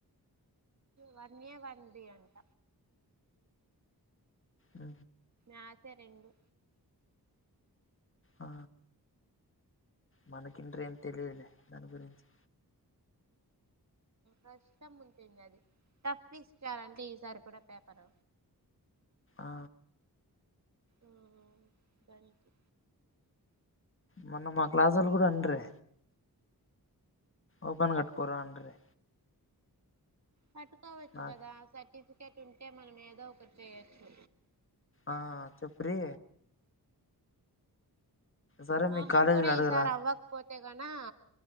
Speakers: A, on the right; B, on the left.
A: వన్ యే వన్ బి అంట
B: ఉ
A: ఆ సేరండు
B: ఆ మనకింట ఏం తెలియలే దాని గురించి
A: కష్టం ఉంటుంది అది టఫ్ ఇచ్చారంటే ఈసారి కూడా పేపర్
B: ఆ
A: ఓహో దానికి
B: మొన్న మా క్లాస్ ఒల్లు కూడా అండ్రే ఓపెన్ కట్టుకోరా అండ్రే
A: పట్టుకోవచ్చు
B: నాకు
A: కదా సర్టిఫికేట్ ఉంటే మనం ఏదో ఒకటి చేయచ్చు
B: ఆ చెప్పు్రి సరే
A: మోహన్
B: మీ కాలేజీలో
A: కూడా
B: అడుగురా
A: ఈసారి అవ్వకపోతే గనా